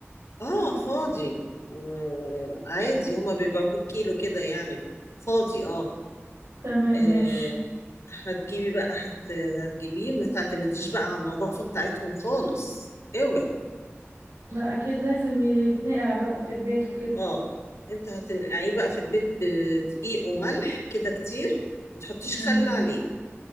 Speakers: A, on the left; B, on the right.
A: اه فاضي آه عادي هما بيبقوا بالكيلو كده يعني فاضي اه,
B: تمام
A: آه
B: ماشي
A: هتجيبي بقى هت... هتجيبيه ما تعتمديش بقى على النظافة بتاعتهم خالص اوعي
B: لا اكيد لازم يتنقع بقى في البيت وكده
A: اه انت هتنقعيه بقى في البيت بدقيق وملح كده كتير ما تحطيش
B: امم
A: خل عليه